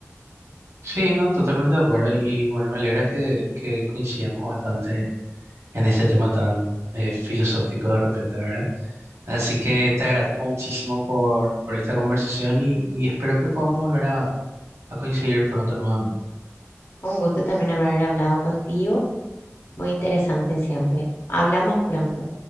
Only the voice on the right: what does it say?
Sí, no, totalmente de acuerdo. Y bueno, me alegra que, que coincidamos bastante en ese tema tan eh, filosófico de repente, ¿verdad? Así que te agradezco muchísimo por, por esta conversación y, y espero que podamos volver a, a coincidir pronto nuevamente.